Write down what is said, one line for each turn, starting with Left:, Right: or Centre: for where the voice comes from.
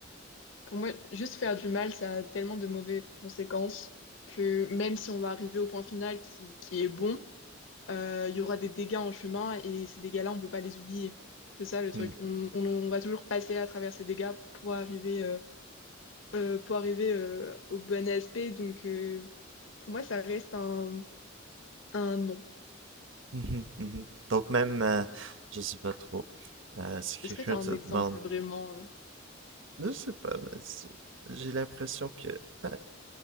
Left: Pour moi, juste faire du mal, ça a tellement de mauvaises conséquences que même si on va arriver au point final qui, qui est bon, euh, il y aura des dégâts en chemin et ces dégâts-là, on ne peut pas les oublier. C'est ça le truc.
Right: mhm,
Left: On, on- on va toujours passer à travers ces dégâts pour arriver, euh, euh, pour arriver euh, au bon aspect. Donc, euh, pour moi, ça reste un, un non.
Right: mhm, mhm. Donc même, euh, je sais pas trop, euh, si quelqu'un
Left: Est-ce que tu as
Right: te
Left: un exemple
Right: demande
Left: vraiment
Right: Je sais pas, mais j'ai l'impression que... Ah.